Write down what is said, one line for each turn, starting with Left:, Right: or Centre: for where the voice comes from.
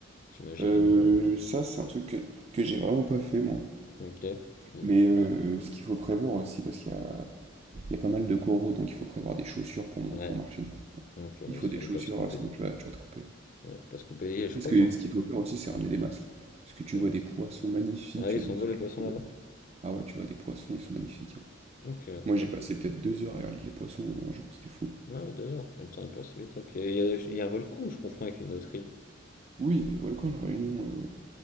Left: j'imagine.
Right: Euh, ça, c'est un truc que, que j'ai vraiment pas fait, moi.
Left: Ok. Ouh,
Right: Mais
Left: ça
Right: euh,
Left: doit-
Right: ce qu'il faut prévoir aussi, parce qu'il y a, il y a pas mal de coraux, donc il faut prévoir des chaussures pour, mon-
Left: Ouais.
Right: pour marcher dedans.
Left: Donc, euh,
Right: Il
Left: histoire
Right: faut des chaussures,
Left: de pas se couper.
Right: euh, sinon tu vas, tu vas te couper.
Left: Ouais, faut pas se couper. Et je
Right: Mais
Left: crois
Right: ce que,
Left: que j'entends.
Right: ce qu'il faut faire aussi, c'est
Left: Hmm,
Right: ramener des masques. Parce que tu
Left: des
Right: vois
Left: masses.
Right: des poissons magnifiques
Left: Ah oui, ils
Right: de
Left: s'envolent
Right: toutes
Left: les poissons
Right: les couleurs.
Left: là-bas.
Right: Ah ouais, tu vois, des poissons, ils sont magnifiques. hein.
Left: Ok,
Right: Moi,
Left: faudrait
Right: j'ai passé
Left: que.
Right: peut-être deux heures à regarder les poissons euh, un jour, c'était fou.
Left: Ah oui, deux heures. Et le temps est passé vite. Ok, il y a, il y a un volcan ou je confonds avec une autre île?
Right: Oui, il y a des volcans à La Réunion. euh,